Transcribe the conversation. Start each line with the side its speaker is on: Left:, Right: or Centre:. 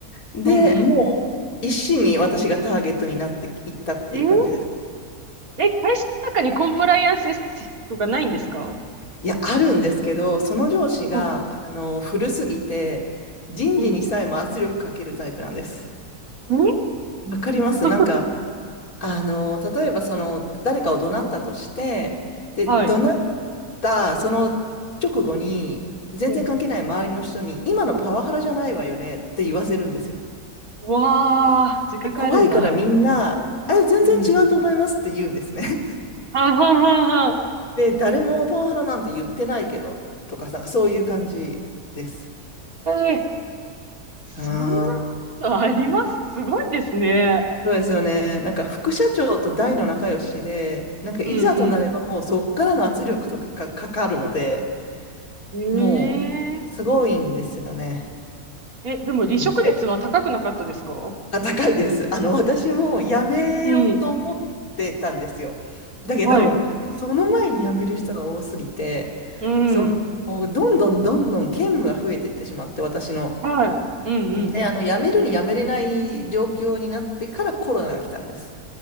Left: で、
Right: うんうん。
Left: もう一心に私がターゲットになっていったっていう感じです。
Right: えー、え、会社の中にコンプライアンスシストがないんですか
Left: いや、あるんですけど、その上司が、
Right: うん、
Left: あのー古すぎて、人事にさえも圧力かけるタイプなんです。
Right: うん。え
Left: わかりますなんか、
Right: <laughs>
Left: あの、例えばその、誰かを怒鳴ったとして、で、
Right: はい。
Left: 怒鳴ったその直後に、全然関係ない周りの人に、
Right: うん。
Left: 今のパワハラじゃないわよねって言わせるんですよ。
Right: うわあ、自覚あるんだ。
Left: で怖いからみんな、え、全然違うと思いますって言うんですね。
Right: うん。
Left: <laughs>
Right: はんはんはんはん。
Left: で、誰もパワハラなんて言ってないけど、とかなんかそういう感じです。
Right: ええそんなことありますすごいですね。
Left: ああ、そうですよね。なんか副社長と大の仲良しで、なんかいざとなればもうそっからの圧力とかがかかるので、
Right: うんうん。
Left: も
Right: え
Left: う、すごいんですよね。
Right: ええ、でも離職率は高くなかったですか
Left: なんて。あ、高いです。あの、私も辞めようと思ってたんですよ。
Right: うん。
Left: だけど、
Right: はい。
Left: その前に辞める人が多すぎて、
Right: うん。
Left: その、どんどんどんどん兼務が増えていってしまって、私の。
Right: はい。うんうん。
Left: で、あの、辞めるに辞めれない状況になってからコロナが来たんです。